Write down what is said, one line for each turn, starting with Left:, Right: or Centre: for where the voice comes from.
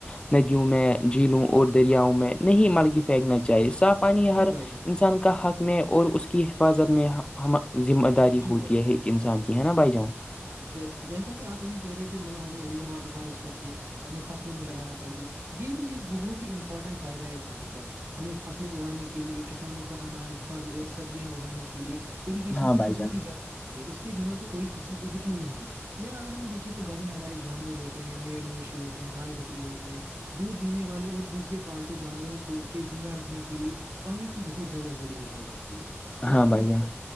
Left: نہ ندیوں میں جھیلوں اور دریاں میں نہیں ملک پھینکنا چاہیے صاف پانی
Right: جی
Left: ہر
Right: بھائی جان، جی
Left: انسان کا
Right: بھائی
Left: حق میں اور اس کی حفاظت میں ہم ذمہ داری
Right: جی
Left: ہوتی ہے انسان کی ہے نا بھائی جان
Right: ج جیسا کہ آپ ابھی کہہ رہے تھے مطلب ہمیں رین واٹر ہاروش کر کے اپنے فصلوں میں لگانا چاہیے یہ بھی ایک بہت ہی امپورٹنٹ فائدہ ہے پانی کا ہمیں فصلیں اگانے کے لیے کسانوں کو اناج پھل اور سبزیاں اگانے کے لیے اریگیشن
Left: ہاں
Right: کی
Left: بھائی
Right: بہت
Left: جان
Right: ہی اس کے بنا تو کوئی فصل اگتی نہیں یا اگر ہم دیکھیے تو گھر میں ہمارے جانور ہوتے ہیں میڑ مویشی ہوتے ہیں گائے بکری ہوتی ہیں دودھ دینے والے اور دوسرے پالتےو جانوروں کو کے زندہ رکھنے کے لیے پانی کی بہت زیادہ ضروری ہے ہو سکتی ہے اگر
Left: ہاں
Right: ہم
Left: بھائی
Right: دیکھے
Left: جان
Right: تو